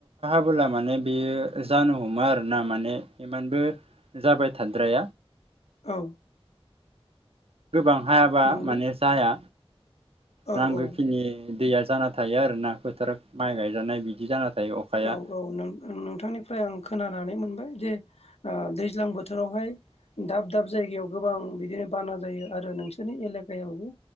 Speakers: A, on the right; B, on the left.
A: बांद्राय अखा हाब्ला माने बेयो जानो हमो आरोना माने इमानबो जाबाय। थाद्राया।
B: औ।
A: गोबां हायाब्ला
B: नंगौ
A: माने जाया
B: औ
A: नांगौ
B: औ
A: खिनि दैया जाना थायो आरो ना फोथार माइ गायजानाय बिदि जाना थायो। अखाया
B: औ औ नोंथांनिफ्राय आं खोनानानै मोनबाय जे दैज्लां बोथोरावहाय दाब दाब जायगायाव गोबां बिदिनो बाना जायो आरो नोंसोरनि एलेखायावबो